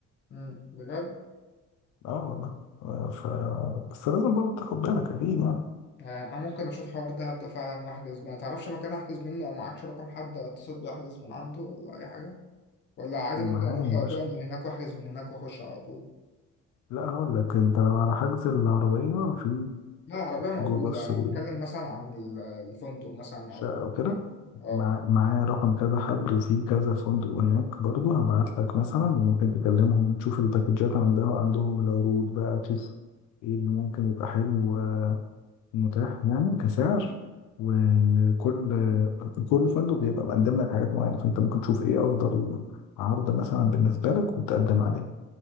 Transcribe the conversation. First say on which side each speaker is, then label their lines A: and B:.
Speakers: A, on the left (about 35°); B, on the left (about 75°).
A: مم. بجد؟
B: اه والله آه، ف بس لازم برضه تاخد بالك اكيد يعني
A: آه، انا ممكن اشوف حوار دهب ده هبدأ فعلا واحجز ما تعرفش مكان احجز منه او معكش رقم حد اتصل بيه احجز من عنده ولا اي حاجه ولا عادي
B: معايا
A: ممكن اروح
B: يا
A: على
B: باشا
A: طول من هناك واحجز من هناك واخش على طول
B: لا هقول لك انت لو على حجز العربية في
A: لا العربيه موجوده
B: جو باص
A: أنا
B: بيبقى
A: اتكلم مثلا عن ال- الفندق مثلا
B: شقة
A: او المكان
B: وكده
A: اه
B: مع... معايا رقم كذا حد وفي كذا فندق هناك برضه هبعت لك مثلا وممكن تكلمهم تشوف الباكجات عندها عندهم العروض بقى تشوف ايه اللي ممكن يبقى حلو متاح يعني كسعر وكل كل فندق بيبقى مقدم لك حاجات معينة فانت ممكن تشوف ايه افضل عرض مثلا بالنسبة لك وتقدم عليه